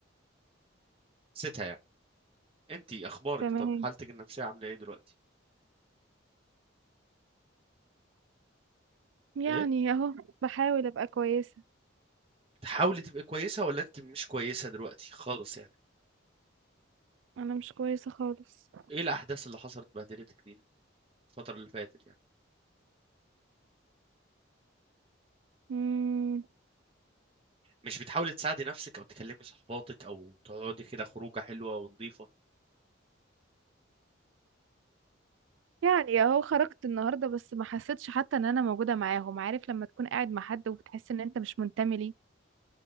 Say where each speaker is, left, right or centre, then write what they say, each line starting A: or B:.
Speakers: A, on the right; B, on the right.
A: نسيتها يعني انتي اخبارك
B: تمام
A: طب حالتك النفسيه عامله ايه دلوقتي
B: يعني
A: ايه
B: اهو بحاول ابقى كويسة
A: بتحاولي تبقي كويسه ولا انت مش كويسه دلوقتي خالص يعني
B: انا مش كويسة خالص
A: ايه الاحداث اللي حصلت بهدلتك دي الفترة اللي فاتت يعني
B: امم
A: مش بتحاولي تساعدي نفسك او تكلمي صحباتك او تقعدي كده خروجة حلوة ونظيفة
B: يعني اهو خرجت النهارده بس ما حسيتش حتى ان انا موجوده معاهم عارف لما تكون قاعد مع حد وبتحس ان انت مش منتمي ليه